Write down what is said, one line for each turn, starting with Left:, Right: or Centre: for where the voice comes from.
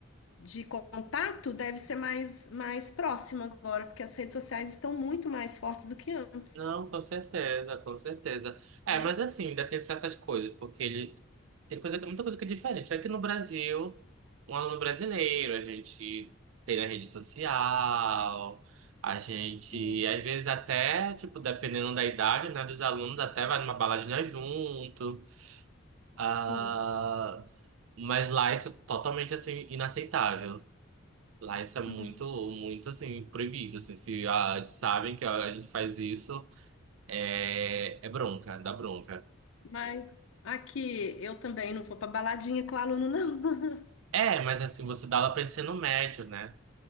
Left: de contato deve ser mais, mais próxima agora, porque as redes sociais estão muito mais fortes do que antes,
Right: Não, com certeza, com certeza. É,
Left: né?
Right: mas assim, ainda tem certas coisas, porque ele tem coisa, que- muita coisa que é diferente. Aqui no Brasil, um aluno brasileiro, a gente tem na rede social, a gente,
Left: É,
Right: às vezes até, tipo, dependendo da idade, né, dos alunos, até vai numa baladinha junto. Ah,
Left: sim.
Right: mas lá isso é totalmente, assim, inaceitável. Lá isso é muito,
Left: Uhum.
Right: muito, assim, proibido. Assim, se ah, sabem que a gente faz isso. É, é bronca, dá bronca.
Left: Mas aqui eu também não vou para baladinha com o aluno, não. <laughs>
Right: É, mas assim, você dá aula pra ensino médio, né?